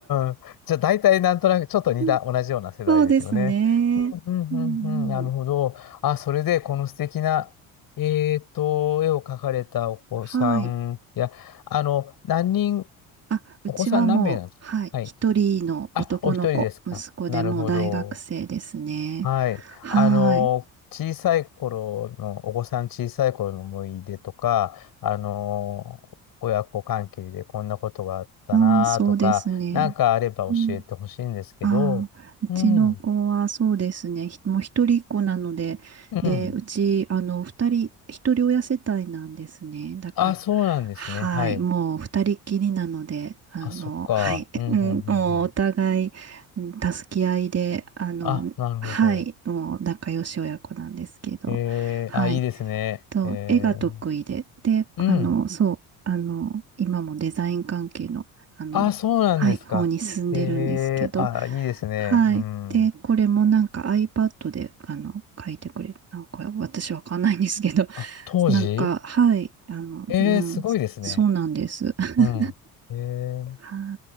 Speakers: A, on the left (about 55°); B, on the right (about 35°).
A: ーん。じゃあ大体なんとなくちょっと似た、
B: <laughs>
A: 同じような世代ですよね。
B: そうですね。
A: うんうんうんうん、
B: うんうん。
A: なるほど。あ、それでこの素敵な、えっと、絵を描かれたお子さん、
B: はい。
A: いや、あの、何人、
B: あ、うちはもう、
A: お子さん何名なんですかはい
B: はい。一人の男の子、
A: あ、お一人ですか。
B: 息子でもう大学生ですね。
A: なるほど。はい。
B: はい。
A: あの、小さい頃の、お子さん小さい頃の思い出とか、あの、親子関係でこんなことがあったなとか、
B: うん、そうですね。
A: なんかあれば教えてほしいんですけど。
B: うんああ、うちの子はそうですね、
A: うん。
B: ひもう一人っ子なので、
A: うん。
B: で、うち、あの、二人、一人親世帯なんですね。だから、
A: あ、そうなんですね。
B: はい、
A: はい。
B: もう二人っきりなので、あの、
A: あ、そっか。
B: はい、えうん、
A: うん、うん、うん、
B: もうお互い、
A: うん。
B: うん助け合いで、あの、
A: あ、なるほど。
B: はい、もう仲良し親子なんですけど、
A: えー、
B: はい。
A: あ、いいですね。
B: そう、
A: えー、
B: 絵が得意で、で、
A: うん。
B: あの、そう、あの、今もデザイン関係の、あの、
A: あ、そうなんですか。
B: はい、方に進んでるんですけど、
A: ええ、あ、いいですね。
B: はい。
A: うん。
B: で、これもなんか iPad で、あの、書いてくれ、なんか私わかんないんですけど、<laughs>
A: あ、当時
B: なんか、はい、あの、
A: ええ、
B: うん、
A: すごいですね。
B: そうなんです。<laughs>
A: うん。ええ、
B: は